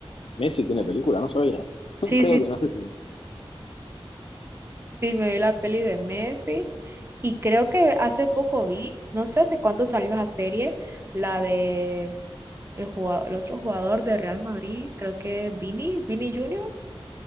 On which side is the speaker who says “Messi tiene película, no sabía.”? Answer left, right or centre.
Left